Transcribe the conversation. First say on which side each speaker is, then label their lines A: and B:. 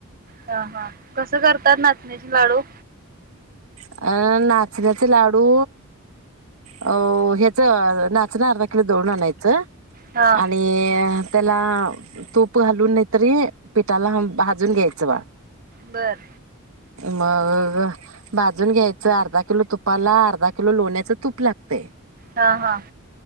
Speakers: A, on the right (about 40°); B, on the right (about 65°).
A: हां हां कसं करतात नाचण्याचे लाडू?
B: अ नाचण्याचे लाडू अ ह्याचं नाचणं अर्धा किलो दळून आणायचं.
A: हा
B: आणि त्याला तूप घालून नाहीतरी पिठाला भाजून घ्यायचं बाळ
A: बर
B: मग भाजून घ्यायचं अर्धा किलो तुपाला अर्धा किलो लोण्याचं तूप लागतंय.
A: हां हां.